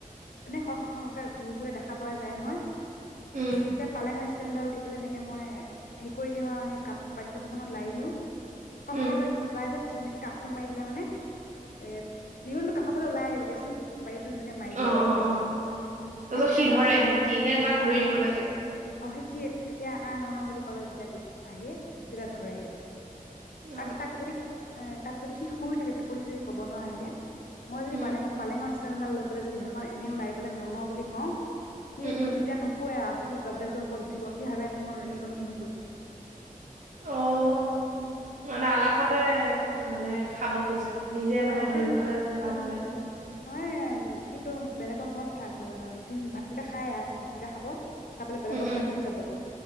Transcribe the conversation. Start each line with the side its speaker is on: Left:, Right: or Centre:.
Left: এনেই স-স সকে ঘূৰি ফুইলে দেখা পোৱা যায় নহয়।
Right: উম
Left: এতিয়া পালেঙ ষ্টেন ডাল দি বোলে এনেক মই হে কৰি দিও আৰু, সেই কাপ পানী কাপোৰখনত লাই দিও। সৰ
Right: উম
Left: সৰকৈ নে কাফল মাৰি দিলে মানে, এ নিগনটো কাষৰ ফালে ওলাই আহিব দিয়াচোন। বাৰীডাল এনেকে মাৰি দিলে
Right: অ অ অ তাৰপিছত
Left: সেই তেতিয়া
Right: সি
Left: সেই
Right: ধৰে
Left: মাই
Right: নে কি নে তাক
Left: অ
Right: ধৰি দিব লাগে?
Left: অ সে সি তেতিয়া আ মাৰ মাৰ বুলি ক'লে যেতিয়া দু--আহি তেতিয়া ধৰেহি।
Right: অ
Left: অহ তাক যদি--এ তাক যদি সি শুই থাকে, টোপনিত যদি ক'ব নোৱাৰা হৈ থাকে মই যদি
Right: উম
Left: পালেঙৰ পালেঙৰ ষ্টে ষ্টেনডাল লৈ পেলাই যদি সেইখন এনেও লাৰি পেলাই নলওঁ বুলি কওঁ। সি
Right: উম
Left: নু
Right: উম
Left: তেতিয়া নুশুৱে সি গদ্ৰেজৰ ওপৰত উঠিব সি ভাবে মোৰ নিগনি আহি হয় <unintelligible>
Right: অ--মানে আলাসতে মানে, খাব খোজে। নিজে
Left: অ
Right: মানে ধৰিবলৈ
Left: কিন
Right: টান পায়।
Left: হয় কিন্তু বেলেগৰ ঘৰত থাক অ দিন ভাতকেইটা খায় আত ভাতকেইটা খাব। খাই পেলাই বেলেগৰ
Right: উম উম
Left: ঘৰত গুচি যাব গৈ।